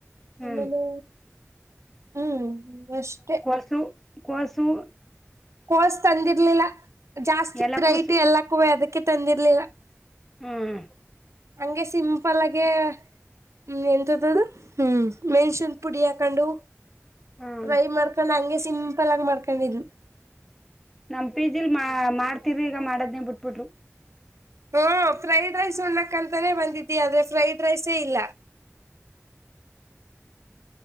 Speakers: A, in the centre; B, on the right.
A: ಹ್ಮ್
B: ಆಮೇಲೆ ಹ್ಮ್. ಅಷ್ಟೆ
A: <unintelligible>
B: ಕೋಸ್ ತಂದಿರ್ಲಿಲ್ಲ ಜಾಸ್ತಿ
A: ಎಲ್ಲ
B: ರೈಟ್
A: ಕೋಸು
B: ಎಲ್ಲಕ್ಕುವ ಅದಕ್ಕೆ ತಂದಿರ್ಲಿಲ್ಲ.
A: ಹ್ಮ್
B: ಹಂಗೆ ಸಿಂಪಲ್ಗೆ. ಹ್ಮ್ ಎಂತತದ ಹ್ಮ್ ಮೆಣಸನ್ ಪುಡಿ ಹಾಕೊಂಡು.
A: ಹ್ಮ್
B: ಟ್ರೈ ಮಾಡ್ಕೊಂಡ್ ಹಂಗೆ ಸಿಂಪಲ್ ಆಗಿ ಮಾಡ್ಕೊಂಡಿದು.
A: ನಮ್ ಪಿ ಜಿಲ್ ಮಾ ಮಾಡ್ತಿ್ರಿ ಈಗ ಮಾಡದ್ನನೆ ಬಿಟ್ಬಿಟ್ರು.
B: ಹ್ಮ ಫ್ರೈಡ್ ರೈಸ್ ಉಣ್ಣಕ್ಂತಾನೇ ಬಂದಿದಿ ಆದ್ರೆ ಫ್ರೈಡ್ ರೈಸೇ ಇಲ್ಲ.